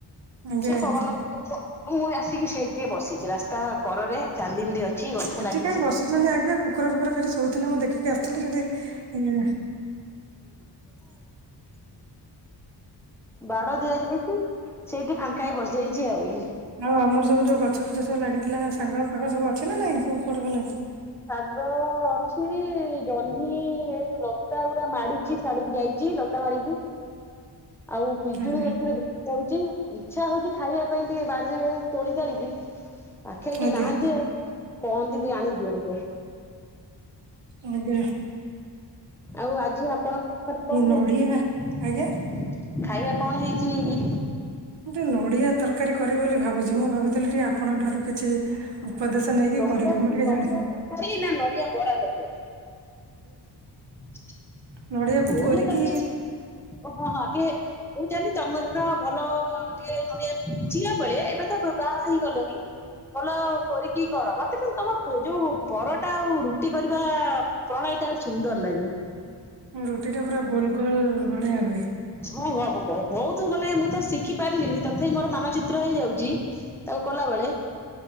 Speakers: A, on the right (about 80°); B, in the centre.
A: ଆଜ୍ଞା
B: ସେ
A: ଆଜ୍ଞା
B: ପବନ <unintelligible> ମୁଁ ଆସିକି ସେଇ ଟିକେ ବସିଛି ରାସ୍ତା କରରେ। ଚାନ୍ଦିନୀତି ଅଛି ଗଛ
A: ସେଠି
B: ଲାଗିଛି।
A: କାଇଁ ବସିଛନ୍ତି ଆଜ୍ଞା କୁକୁର ଫୁକୁର ସେଠି ଶୋଉଥିଲେ ମୁଁ ଦେଖିକି ଆସିଥିଲି ସେଠି ଆଜ୍ଞା
B: ବାଡ ଦିଆଯାଇଛି। ସେଇଠି ଫାଙ୍କା ହେଇ ବସିଯାଇଛି ଆଉ।
A: ଆଉ ଆମର ସବୁ ଯୋଉ ଗଛ ଫୁଛ ସବୁ ଲାଗିଥିଲା ଶାଗ ଫାଗ ସବୁ ଅଛି ନା ନାଇଁ ସବୁ କୁଆଡେ ଗଲାଣି।
B: ଶାଗ ଅଛି ଜହ୍ନି ଏଇ ଯୋଉ ଲତା ଗୁଡା ମାଡିଛି ସ୍ୟାଡକୁ ଯାଇଛି। ଲତା ମାରିକି। ଆଉ ପିଜୁଳି
A: ଆଜ୍ଞା
B: ଗଛରେ ଦେଖାଯାଉଛି। ଇଚ୍ଛା ହଉଛି ଖାଇବା ପାଇଁ ଟିକେ ବାଡିରେ ତୋଳି ତାଳିକି। ପାଖରେ କି
A: ଆଜ୍ଞା
B: ନାହାଁନ୍ତି ଆଉ କହନ୍ତି କି ଆଣି ଦିଅନ୍ତି।
A: ଆମେ
B: ଆଉ ଆଜି ଆପଣଙ୍କଖରେ କଣଛି
A: ନଡିଆ ଆଜ୍ଞା
B: ଖାଇବା। କଣ ହେଇଛି।
A: ଟେ ନଡିଆ ତରକାରୀ କରିବି ବୋଲି ଭାବୁଛି ମୁଁ ଭାବୁଥିଲି ଟିକେ ଆପଣଙ୍କ ଠାରୁ କିଛି
B: ଆ
A: ଉପଦେଶ ନେଇକି କରିବି
B: ନଆ ତରକାରୀ
A: ମୁଁ ଟିକେ ଜାଣି
B: ନା ନଡିଆ ବରା ତରକାରୀ
A: ନଡିଆକୁ
B: ନଆ
A: କୋରିକି
B: ତରକାରୀ ହଁ ହଁ ଟିକେ ମୁଁ ଜା ତମେ ତ ଭଲ ଟିକେ ନଡିଆ ଝିଆ ବେଳେ ଏବେ ତ ବାହା ହେଇଗଲଣି ଭଲ। କରିକି କର ମତେନ୍ତୁ ତମ ଯୋଉ ପରଟା ଆଉ ରୁଟି କରିବା ପ୍ରଣାଳୀ ଟା ସୁନ୍ଦର ଲାଗେ।
A: ରୁଟି ଟା ପୁରା ଗୋଲ ଗୋଲ ବଢଆ ହୁଏ।
B: ମୁଁ ବହୁତ ମାନେ ମୁଁ ତ ଶିଖି ପାରିଲିନି ତଥାପି ମୋର ମାନଚିତ୍ର ହେଇଯାଉଛି। ତାକୁ କଲାବେଳେ